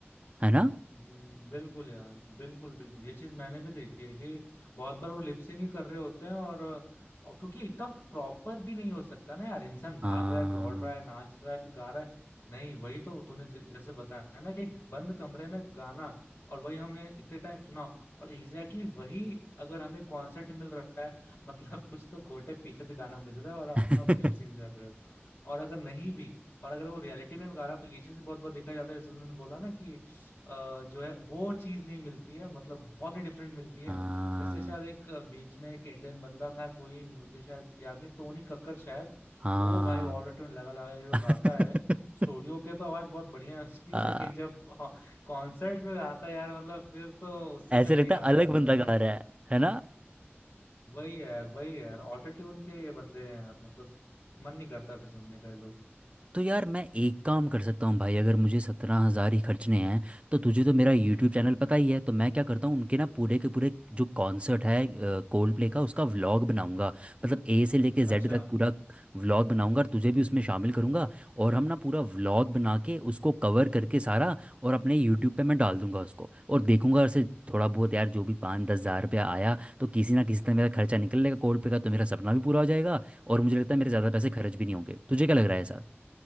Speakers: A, on the right; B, on the left.
A: है ना
B: हम्म, बिल्कुल यार बिल्कुल बिल्कुल ये चीज मैंने भी देखी है कि बहुत बार वो लिपसिंग ही कर रहे होते हैं और, और क्योंकि इतना प्रॉपर भी नहीं हो सकता ना यार इंसान भाग
A: हाँ
B: रहा है दौड़ रहा है नाच रहा है फिर गा रहा है नहीं वही तो तूने ज- जैसे बताया ना कि एक बंद कमरे में गाना और वही हमने इतने टाइम सुना और एग्जैक्टली exactly वही अगर हमें कॉन्सर्ट मिल रहा है <laughs> मतलब कुछ तो घोटे पीछे से गाना बज रहा है और
A: <laughs>
B: आप लिपसिंग कर रहे हो और अगर नहीं भी और अगर वो रियलिटी में भी गा रहा है, तो ये चीज बहुत बार देखा जाता है जैसे उन्होंने बोला ना कि अ, जो है वो चीज नहीं मिलती है मतलब बहुत ही डिफरेंट मिलती है
A: हाँ
B: जैसे शायद एक अ, बीच में एक इंडियन बंदा था कोई मुझे शायद याद नहीं टोनी कक्कर शायद
A: हाँ।
B: वो भाई ऑटो ट्यून लगा लगा के जो गाता
A: <laughs>
B: है स्टूडियो के तो आवाज बहुत बढ़िया है उसकी
A: हाँ
B: लेकिन जब कॉन्सर्ट में गाता है यार मतलब फिर तो उससे
A: ऐसे
B: अच्छा मैं
A: लगता
B: ही गा
A: है
B: दूं
A: अलग
B: ऐसा
A: बंदा
B: लगता
A: गा
B: है यार
A: रहा है है ना
B: वही है वही है यार ऑटो ट्यून के ये बंदे हैं यार मतलब मन नहीं करता फिर सुनने का ये लोग
A: तो यार मैं एक काम कर सकता हूँ भाई अगर मुझे सत्रह हज़ार ही खर्चने हैं तो तुझे तो मेरा यूट्यूब
B: हम्म
A: चैनल
B: हम्म हम्म।
A: पता ही है तो मैं क्या करता हूँ उनके ना पूरे के पूरे जो कॉन्सर्ट है कोल्ड प्ले का उसका व्लॉग बनाऊंगा मतलब ए से लेके जेड
B: अच्छा
A: तक पूरा व्लॉग बनाऊंगा और तुझे भी उसमें शामिल करूंगा और हम ना पूरा व्लॉग बना के उसको कवर करके सारा और अपने यूट्यूब पे मैं डाल दूंगा उसको और देखूंगा उसे थोड़ा बहुत यार जो
B: हम्म,
A: भी पाँच दस हज़ार रुपया आया तो किसी ना किसी तरह मेरा खर्चा निकल लेगा कोल्ड प्ले का तो मेरा सपना भी पूरा हो जाएगा और मुझे लगता है मेरे ज़्यादा पैसे
B: हम्म।
A: खर्च भी नहीं होंगे तुझे क्या लग रहा है ऐसा?